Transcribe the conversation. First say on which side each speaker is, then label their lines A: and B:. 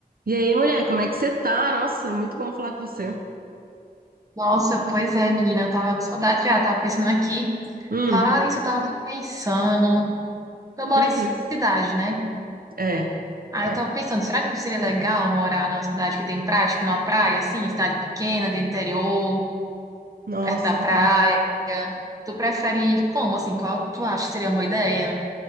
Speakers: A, on the right; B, on the right.
A: E aí, mulher, como é que você tá? Nossa, muito bom falar com você.
B: Nossa, pois é, menina, eu tava com saudade já, tava pensando aqui.
A: Hum,
B: Falar isso, eu tava aqui pensando. Eu moro
A: uhum.
B: em cidade, né?
A: É,
B: Aí
A: é.
B: eu tava pensando, será que seria legal morar numa cidade que tem praia, tipo numa praia, assim, cidade pequena, de interior,
A: Nossa,
B: perto da praia?
A: né?
B: Tu prefere como, assim, qual tu acha que seria uma boa ideia?